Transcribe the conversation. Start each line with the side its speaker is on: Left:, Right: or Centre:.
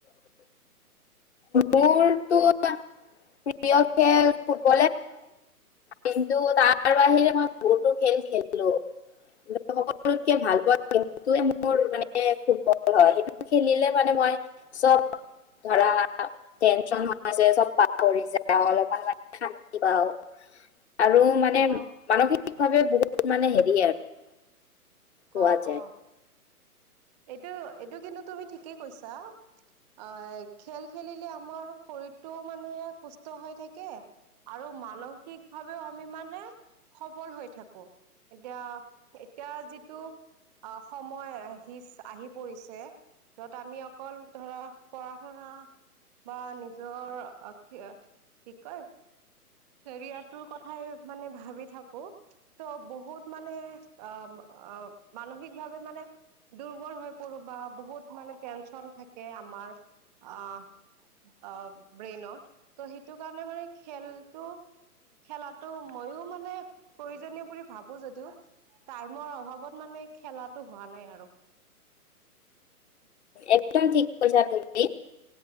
Left: মোৰতো। প্ৰিয় খেল ফুটবল। কিন্তু তাৰ বাহৰে মই বহুতো খেল খেলো। সকলোতকে ভাল পোৱাটোৱে মোৰ মানে ফুটবল হয়। খেলিলে মানে মই চব ধৰা টেনন হৈ আছে চব পাহৰি যাওঁ, অলপমান শান্তি পাওঁ। আৰু মানে
Centre: অ',
Left: মানসিক সিকভাৱে বহুত মানে হেৰি আৰু। <inaudible> পোৱা
Centre: অ',
Left: যায়
Centre: অ'। এইটো, এইটো কিন্তু তুমি ঠিকেই কৈছা, আহ, খেল খেলিলে আমাৰ শৰীৰটোও মানে সুস্থ হৈ থাকে আৰু মানসিক ভাৱেও আমি মানে সবল হৈ থাকো, এতিয়া এতিয়া যিটো সময়ে আহিচ-আহি পৰিছে, য'ত আমি অকল ধৰা পঢ়া শুনা বা নিজৰ কি কি কয় কেৰিয়াৰটোৰ কথাই মানে ভাবি থাকো। ত, বহুত মানে অ'। অ', মানসিকভাৱে মানে দুৰ্বল হৈ পৰোঁ, বা বহুত মানে টেনচন থাকে আমাৰ, আহ অ', ব্ৰেইনত ত সেইটো কাৰণে মানে খেল টো খেলাটো ময়ো মানে প্ৰয়োজনীয় বুলি ভাবো যদিওঁ টাইমৰ অভাৱত মানে খেলাটো হোৱা নাই আৰু।
Left: একদম ঠিক কৈছা তুমি